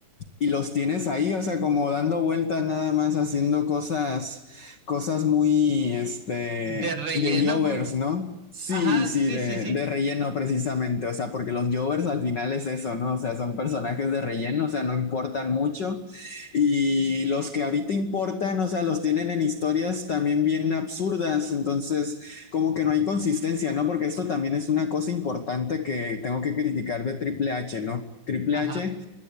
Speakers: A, on the left; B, on the right.
A: Y los tienes ahí, o sea, como dando vueltas nada más haciendo cosas, cosas muy, este,
B: De relleno,
A: de jovers,
B: pues,
A: ¿no? Sí,
B: Ajá,
A: sí,
B: sí,
A: de,
B: sí, sí,
A: de relleno precisamente, o sea, porque los jovers al final es eso, ¿no? O sea, son personajes de relleno, o sea, no importan mucho. Y los que ahorita importan, o sea, los tienen en historias también bien absurdas, entonces como que no hay consistencia, ¿no? Porque esto también es una cosa importante que tengo que criticar de Triple H, ¿no? Triple
B: ajá.
A: H